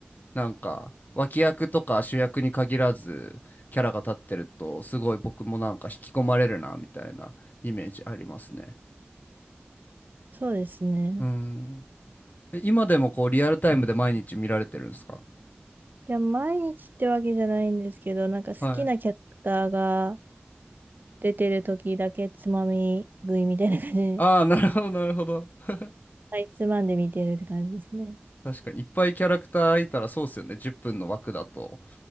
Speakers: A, on the left; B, on the right.
A: なんか、脇役とか主役に限らず、キャラが立ってると、すごい僕もなんか引き込まれるな、みたいなイメージありますね。
B: そうですね。
A: うん。え今でもこう、リアルタイムで毎日見られてるんですか
B: いや、毎日ってわけじゃないんですけど、なんか好きなキャラクターが
A: はい。
B: 出てる時だけつまみ食いみたいな感じで、
A: ああ、なるほど、なるほど。<laughs>
B: はいつまんで見てるって感じですね。
A: 確かにいっぱいキャラクターいたらそうっすよね。10分の枠だと